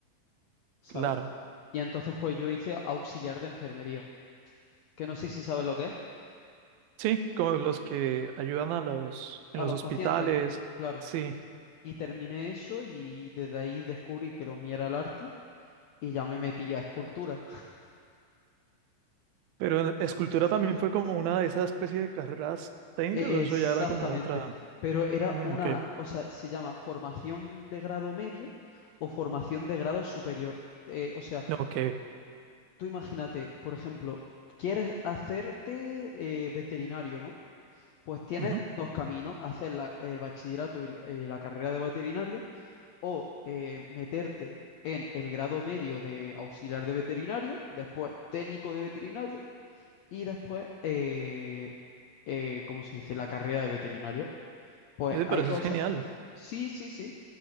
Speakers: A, on the left; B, on the right.
A: ¿sabes?
B: Claro.
A: Y entonces pues yo hice auxiliar de enfermería, que no sé si sabes lo que es,
B: Sí, como los que ayudan a los en
A: a
B: los
A: los
B: hospitales.
A: pacientes, claro.
B: Sí.
A: Y terminé eso y desde ahí descubrí que lo mío era el arte y ya me metí a escultura.
B: Pero en- escultura también fue como una de esas especies de carreras técnicas,
A: Exactamente,
B: o eso ya era como otra.
A: pero era
B: Mm,
A: una,
B: ok.
A: o sea, se llama formación de grado medio o formación de grado superior. Eh, o sea,
B: No, Ok.
A: tú imagínate, por ejemplo, quieres hacerte eh, veterinario, ¿no? Pues tienes
B: Ujú.
A: dos caminos, hacer la- el bachillerato y la, eh, la carrera de veterinaria o eh, meterte en el grado medio de auxiliar de veterinaria, después técnico de veterinaria y después, eh, eh, ¿cómo se dice?, la carrera de veterinario. Pues
B: Sí,
A: hay
B: pero eso
A: cosas,
B: es genial.
A: Sí, sí, sí.